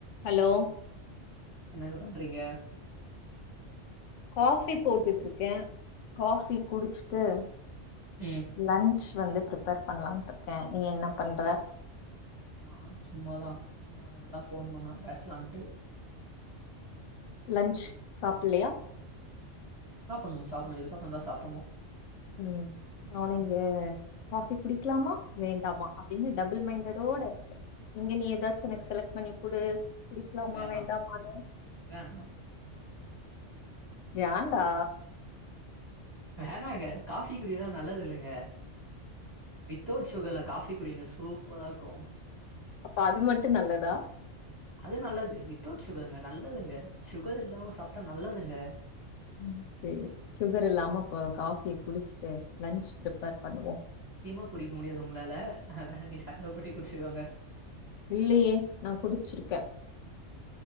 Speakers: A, on the left (about 80°); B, on the right (about 20°).
A: Hello
B: என்னங்க பண்றீங்க
A: coffee போட்டுட்டு இருக்கே காஃபி குடிச்சுட்டு
B: ம்
A: லன்ச் வந்து ப்ரிப்பேர் பண்ணலான்ட்டு இருக்கே நீ என்ன பண்ற
B: நா சும்மாதா சும்மா நல்லா ஃபோன் பண்ணா பேசலான்ட்டு
A: லஞ்ச் சாப்ல்லையா
B: சாப்பன்னு சாப்பணும் இதுக்கப்றோ தா சாப்பிட்ணு
A: ம் நானு இங்க காஃபி குடிக்லாமா வேண்டாமா அப்டின்னு டபுள் மைண்டடோட இருக்கே இங்க நீ ஏதாச்சு எனக்கு
B: ம்
A: செலக்ட் பண்ணி குடு குடிக்லாமா
B: வேணா
A: வேண்டாமானு
B: வேணா
A: யாண்டா
B: வேணாங்க காஃபி குடிக்கிறதெல்லா நல்லது இல்லங்க வித்தவுட் சுகர்ல காஃபி குடிங்க சூப்பரா இருக்கூ
A: அப்ப அது மட்டு நல்லதா
B: அது நல்லது வித்தவுட் சுகருங்க நல்லதுங்க சுகர் இல்லாம சாப்ட்டா நல்லதுங்க
A: ம் சேரி சுகர் இல்லாம இப்ப காஃபி குடிச்சிட்டு லன்ச் ப்ரிப்பேர் பண்ணுவோ
B: த்தியமா குடிக்க முடியாது உங்களால வேண்டா நீ சக்கர போட்டே குடிச்சுக்கோங்க
A: இல்லியே நா குடிச்சிருக்க